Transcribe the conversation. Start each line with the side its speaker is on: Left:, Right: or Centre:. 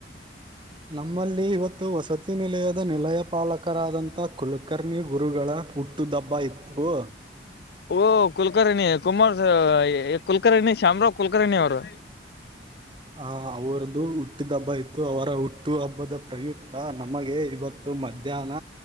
Right: ನಮ್ಮಲ್ಲಿ ಇವತ್ತು ವಸತಿ ನಿಲಯದ ನಿಲಯ ಪಾಲಕರಾದಂಥ ಕುಲಕರ್ಣಿ ಗುರುಗಳ ಹುಟ್ಟು. ಹಬ್ಬ ಇತ್ತು.
Left: ಓಹ ಕುಲಕರ್ಣಿ ಕುಮಾರ್ ಕುಲಕರ್ಣಿ ಶ್ಯಾಮರಾವ್ ಕುಲಕರ್ಣಿ ಅವ್ರು.
Right: ಆ ಅವ್ರದು ಹುಟ್ಟಿದ ಹಬ್ಬ ಇತ್ತು ಅವರ ಹುಟ್ಟ. ಹುಟ್ಟು ಹಬ್ಬದ ಪ್ರಯುಕ್ತ ನಮಗೆ ಇವತ್ತು ಮಧ್ಯಾಹ್ನ.